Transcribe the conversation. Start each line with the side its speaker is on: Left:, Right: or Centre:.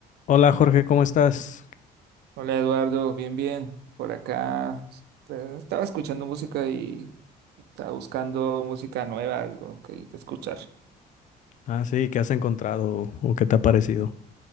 Left: Hola Jorge, ¿cómo estás?
Right: Hola Eduardo, bien, bien. Por acá eh, estaba escuchando música y estaba buscando música nueva, algo que, que escuchar.
Left: Ah, sí, ¿qué has encontrado o qué te ha parecido?